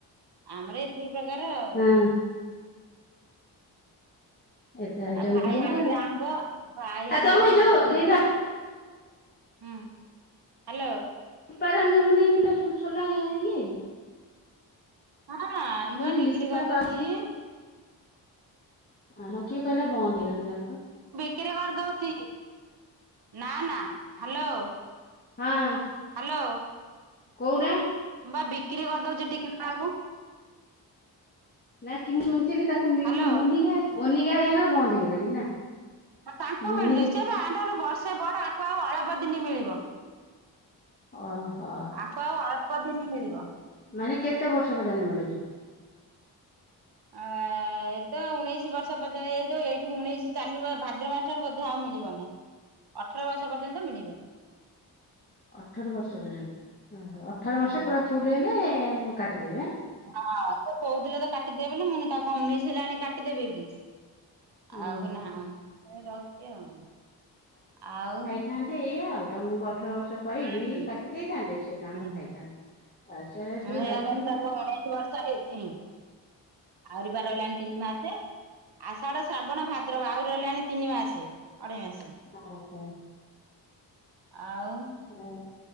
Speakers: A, on the right; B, on the left.
A: ଆମର ଏତିକି ପ୍ରକାର ଆଉ।
B: ହଁ ଏତେ ଆଇଟମ
A: ଆଉ ଭାଇ
B: ତମର
A: ଆଣିବେ ଆମ୍ବ ଭାଇ
B: ଆଉ
A: ଆଣିବେ
B: ତମେ
A: ଆମ୍ବ
B: ଯୋଉ
A: ଯଦି ହ ହ୍ୟାଲୋ।
B: ପେପାରା ମିଳୁନାହିଁ କିଲ ସୋଲା ଇଏ
A: ନା ନା ଆମ୍ବ
B: ମାନେ
A: ବିକ୍ରି
B: ଲିପା
A: କରିଦଉଛି।
B: ପାଉନି ଆ ହଁ କିଏ କହିଲେ ବନ୍ଦ ହେଇଲାଣି ତାଙ୍କର।
A: ବିକିରି କରିଦଉଛି ନା ନା ହ୍ୟାଲୋ
B: ହଁ।
A: ହ୍ୟାଲୋ।
B: କୋଉଟା।
A: ବା ବିକ୍ରି କରିଦଉଛି ଟିକି ମା କୁ।
B: ନା କି ମୁଁ ଶୁଣିଥିଲି ତାକୁ ମିଳୁନି
A: ହାଲୋ
B: ମୁନି ଗାଁ ମନିକା ହେରାଙ୍କର ବନ୍ଦ ହେଇଗଲାଣି ନା
A: ତାଙ୍କୁ
B: ମୋନିକା
A: ମିଳୁନିଇ ସେବା ଆମ ଠାରୁ ବର୍ଷେ ବଡ ଆକୁ ଆଉ ଅଳପ ଦିନି ମିଳିବ।
B: ଓହୋ।
A: ତାଙ୍କୁ ଆଉ ଅଳ୍ପ ଦିନି ମିଳିବ।
B: ମାନେ କେତେ ବର୍ଷ ପର୍ଯ୍ୟନ୍ତ ମିଳୁଛି?
A: ଆ ଏ ତ ଉଣେଇଶି ବର୍ଷ ପର୍ଯ୍ୟନ୍ତ ଏଇ ଯୋଉ ଏଇଠୁ ଉଣେଇଶି ଚାଲିବ ଭାଦ୍ର ମାସଠାରୁ ବଧେ ଆଉ ମିଳିବନି। ଅଠର ବର୍ଷ ପର୍ଯ୍ୟନ୍ତ ମିଳିବ।
B: ଅଠର ବର୍ଷ ପର୍ଯ୍ୟନ୍ତ ଅଠର ବର୍ଷ
A: ହୁଁ।
B: ପୁରା ଫୁଲ ହେଲେ ମୁଁ କାଟିଦେବି ଆ?
A: ହଁ ସେ କହୁଥିଲେ ତ କାଟିଦେବେ ବୋଲି ମାନେ ତାକୁ କଣ ଉଣେଇଶି ହେଲାଣି କାଟିଦେବେ କି?
B: ଉଁ
A: ଆଉ ନା
B: ହୁଁ
A: ରହୁଛି ଆଉ ଆଉ
B: ଥାନ୍ତେ ଏଇା ଆଉ ତମକୁ ଅଠର ବର୍ଷ କହିକି
A: ହୁଁ ହୁଁ
B: କାଟି ଦେଇଥାନ୍ତେ ସିଏ ତାଙ୍କର
A: ହୁଁ
B: ଖାଇଥାନ୍ତେ। ଆଉ ସେ
A: ମୁଁ ହେଆ
B: ଭାରି
A: କହିଲି
B: ଚାଲାକ୍
A: ତାକୁ ଉଣେଇଶି ବର୍ଷ ହେଇନି। ଆହୁରି ବା ରହିଲାଣି ତିନି ମାସ। ଆଷାଢ, ଶ୍ରାବଣ, ଭାଦ୍ରବ ଆଉରି ରହିଲାଣି ତିନି ମାସେ ଅଢେଇ ମାସ।
B: ଓ ହୋ।
A: ଆଉ
B: ହଁ।